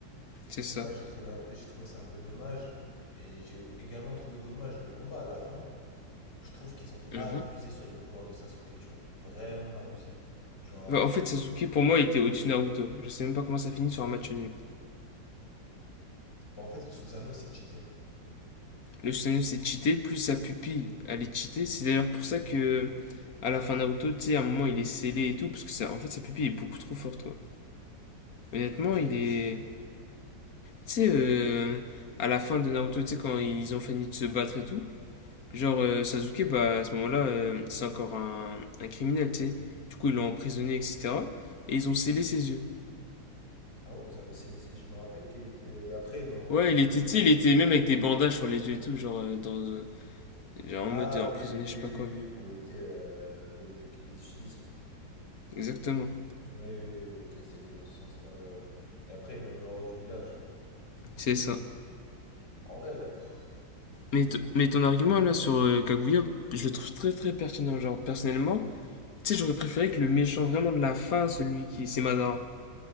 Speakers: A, on the left (about 55°); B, on the left (about 70°).
A: c'est ça.
B: Donc, ça, j'ai trouvé, un- j'ai trouvé ça un peu dommage. Et j'ai également trouvé dommage le combat à la fin. Je trouve qu'ils ont
A: Mhm.
B: abusé sur les pouvoirs de Sasuke, tu vois. Vraiment abusé. Genre.
A: Bah,
B: euh,
A: en fait, Sasuke, pour moi, il était au-dessus de Naruto. Je sais même pas comment ça finit sur un match nul.
B: Bah, en fait, le Susanoo, c'est cheaté.
A: Le Susanoo s'est cheaté, plus sa pupille, elle est cheatée. C'est d'ailleurs pour ça que à la fin de Naruto, tu sais, à un moment il est scellé et tout, parce que ça, en fait sa pupille est beaucoup trop forte, quoi. Honnêtement,
B: Comment ça,
A: il
B: il
A: est.
B: est scellé?
A: Tu sais, euh, à la fin de Naruto, tu sais, quand ils ont fini de se battre et tout, genre euh, Sasuke, bah à ce moment-là, euh, c'est encore un, un criminel, tu sais. Du coup, ils l'ont emprisonné, etc. Et ils ont scellé ses yeux.
B: Ah oui, ils avaient scellé. Je me rappelle qu'il était. Et après, ils l'ont.
A: Ouais,
B: ils l'ont-
A: il était, tu
B: oui.
A: sais, il était même avec des bandages sur les yeux et tout, genre, euh, dans, euh, genre
B: Ah
A: en mode emprisonné,
B: oui, oui, oui,
A: je sais pas
B: oui,
A: quoi.
B: oui, pour éviter, euh, pour éviter qu'ils les utilisent.
A: Exactement.
B: Oui, oui, oui, ok, scellé dans ce sens-là, ouais, ouais. Et après, ils l'ont mis en hors du village.
A: C'est ça.
B: En vrai, là, pff,
A: Mais,
B: je
A: t-
B: trouve.
A: mais ton argument là sur euh, Kaguya, je le trouve très très pertinent. Genre, personnellement, tu sais, j'aurais préféré que le méchant vraiment de la fin, celui qui. C'est Madara.